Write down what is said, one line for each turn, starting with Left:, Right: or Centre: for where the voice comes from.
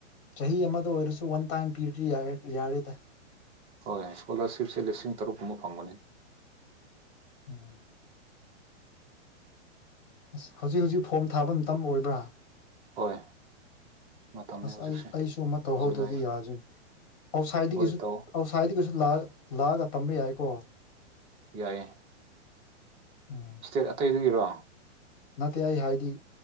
Left: ꯆꯍꯤ ꯑꯃꯗ ꯑꯣꯏꯔꯁꯨ ꯋꯥꯟ ꯇꯥꯏꯝ ꯄꯤꯔꯗꯤ ꯌꯥꯔꯦꯗ
Right: ꯍꯣꯏ ꯏꯁꯀꯣꯂꯥꯔꯁꯤꯞꯁꯦ ꯂꯤꯁꯤꯡ ꯇꯔꯨꯛꯀꯨꯝꯕ ꯐꯪꯕꯅꯤ
Left: ꯎꯝ ꯑꯁ ꯍꯧꯖꯤꯛ ꯍꯧꯖꯤꯛ ꯐꯣꯔꯝ ꯊꯥꯕ ꯃꯇꯝ ꯑꯣꯏꯕ꯭ꯔꯥ
Right: ꯍꯣꯏ ꯃꯇꯝꯅꯤ
Left: ꯑꯁ
Right: ꯍꯧꯖꯤꯛꯁꯦ
Left: ꯑꯩ ꯑꯩꯁꯨ ꯑꯃ ꯇꯧꯍꯧꯗ꯭ꯔꯗꯤ
Right: ꯖꯨꯂꯥꯏ
Left: ꯌꯥꯗ꯭ꯔꯦꯅꯦ ꯑꯥꯎꯠꯁꯥꯏꯗꯒꯤꯁꯨ
Right: ꯍꯣꯏ ꯇꯧ
Left: ꯑꯥꯎꯠꯁꯥꯏꯗꯒꯤꯁꯨ ꯂꯥꯛꯑꯒ ꯂꯥꯛꯑꯒ ꯇꯝꯕ ꯌꯥꯏꯀꯣ
Right: ꯌꯥꯏꯌꯦ
Left: ꯎꯝ
Right: ꯁ꯭ꯇꯦꯠ ꯑꯇꯩꯗꯨꯒꯤꯔꯣ
Left: ꯅꯠꯇꯦ ꯑꯩ ꯍꯥꯏꯗꯤ